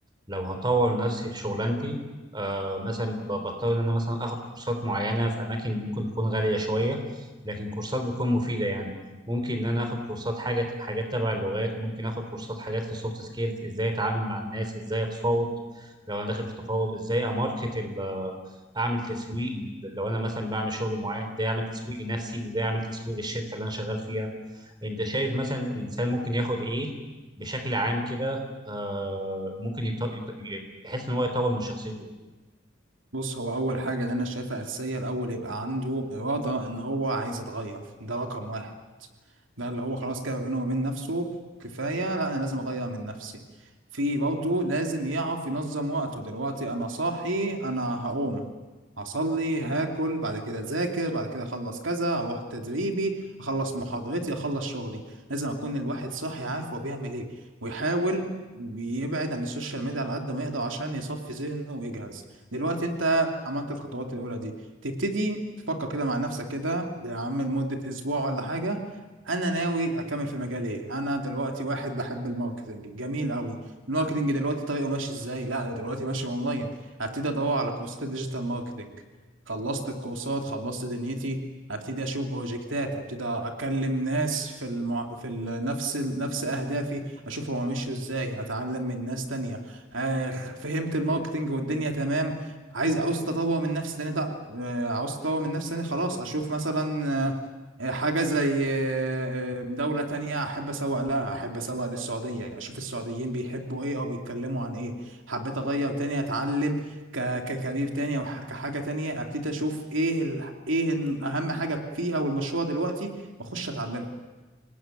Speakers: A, on the right; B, on the right.
A: لو هطور نفسي في شغلانتي آه مثلا ب- بضطر ان انا مثلا اخد كورسات معينه في اماكن ممكن تكون غاليه شويه لكن كورسات بتكون مفيده يعني ممكن ان انا اخد كورسات حاجه حاجات تبع اللغات ممكن اخد كورسات حاجات في السوفت سكيلز ازاي اتعامل مع الناس ازاي اتفاوض لو انا داخل في تفاوض ازاي اماركت ال- اعمل تسويق لو انا مثلا بعمل شغل معين ازاي اعمل تسويق لنفسي وازاي اعمل تسويق للشركه اللي انا شغال فيها انت شايف مثلا الانسان ممكن ياخد ايه بشكل عام كده آه ممكن يط... يط... بحيث ان هو يطور من شخصيته
B: بص هو اول حاجه اللي انا شايفها اساسيه الاول يبقى عنده اراده ان هو عايز يتغير ده رقم واحد ده اللي هو خلاص كده ما بينه وبين نفسه كفايه لا انا لازم اغير من نفسي في برضه لازم يعرف ينظم وقته دلوقتي انا صاحي انا هقوم هصلي هاكل بعد كده اذاكر بعد كده اخلص كذا اروح تدريبي اخلص محاضرتي اخلص شغلي لازم اكون الواحد صاحي عارف هو بيعمل ايه ويحاول بيبعد عن السوشيال ميديا على قد ما يقدر عشان يصفي ذهنه ويجهز دلوقتي انت عملت الخطوات الاولى دي تبتدي تفكر كده مع نفسك كده يا عم لمده اسبوع ولا حاجه انا ناوي اكمل في مجال ايه انا دلوقتي واحد بحب الماركتنج جميل قوي الماركتنج دلوقتي طريقه ماشي ازاي لا ده دلوقتي ماشي اونلاين هبتدي ادور على كورسات الديجيتال ماركتنج خلصت الكورسات خلصت دنيتي ابتدي اشوف بروجكتات ابتدي اكلم ناس في المع... في ال- نفس ال... نفس اهدافي اشوف هما مشوا ازاي اتعلم من ناس تانية آه فهمت الماركتنج والدنيا تمام عايز عاوز تطور من نفسي تاني ده آه، عاوز تطور من نفسي تاني خلاص اشوف مثلا آه، آه، حاجة زي آه، آه، دولة تانية احب اسوق لها احب اسوق للسعودية اشوف السعوديين بيحبوا ايه او بيتكلموا عن ايه حبيت اغير تاني اتعلم ك- ككارير تاني او ح- كحاجة تانية ابتدي اشوف ايه ال... ايه ال- اهم حاجة فيها والمشروع دلوقتي واخش اتعلمها